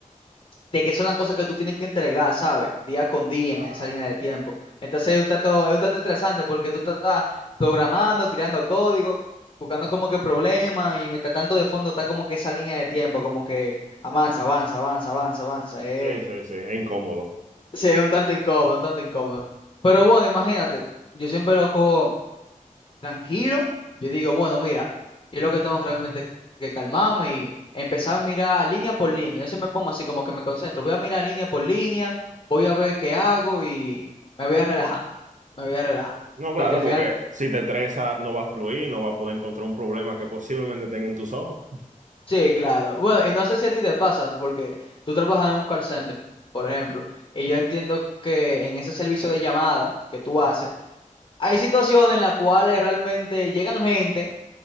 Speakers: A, on the left (about 40°); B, on the right (about 65°).
A: de que son las cosas que tú tienes que entregar, ¿sabes? Día con día
B: Ah,
A: en esa línea de tiempo. Entonces es un tanto, es un tanto estresante porque tú estás programando, tirando código, buscando como que problemas y mientras tanto de fondo está como que esa línea de tiempo, como que avanza, avanza, avanza, avanza, avanza. Eh.
B: sí, sí,
A: <laughs>
B: sí. Es incómodo.
A: Sí, es un tanto incómodo, un tanto incómodo. Pero bueno, imagínate, yo siempre lo cojo tranquilo, yo digo, bueno, mira, yo lo que tengo realmente que calmarme y empezar a mirar línea por línea. Yo se me pongo así como que me concentro, voy a mirar línea por línea, voy a ver qué hago y me voy a relajar, me voy a relajar.
B: No, claro,
A: Porque al final,
B: porque si te estresa, no va a fluir, no va a poder encontrar un problema que posiblemente tenga en tus ojos.
A: sí, claro. Bueno, y no sé si a ti te pasa, porque tú trabajas en un call center, por ejemplo, y yo entiendo que en ese servicio de llamada que tú haces, hay situaciones en las cuales realmente llegan gente.